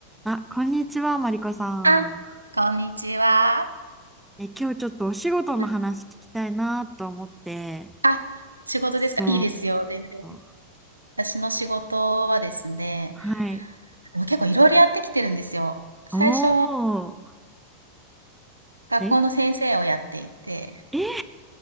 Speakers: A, in the centre; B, on the right.
A: あ、こんにちは、マリコさん。
B: あ、こんにちは。
A: え、今日ちょっとお仕事の話聞きたいなと思って。
B: はい。あ、仕事ですかいいですよ、
A: そ
B: 全然。
A: う。
B: 私の仕事はですね、
A: はい。
B: もう結構いろいろやってきてるんですよ。最初、
A: おー。
B: 学校の先生をやっていて、
A: え、え、